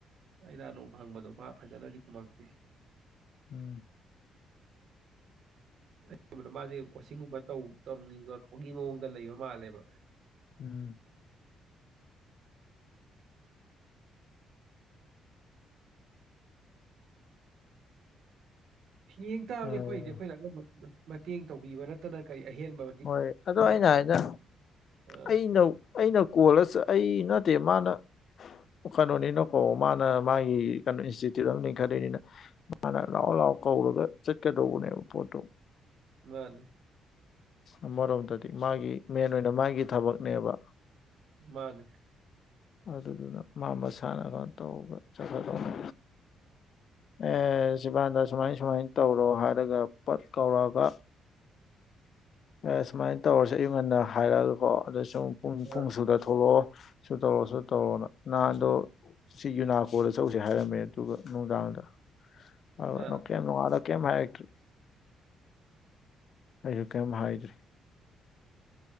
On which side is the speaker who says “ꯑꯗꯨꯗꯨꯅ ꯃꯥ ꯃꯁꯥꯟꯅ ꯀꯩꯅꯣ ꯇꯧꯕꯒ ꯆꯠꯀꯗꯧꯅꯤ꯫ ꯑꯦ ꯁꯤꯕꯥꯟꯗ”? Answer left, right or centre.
Left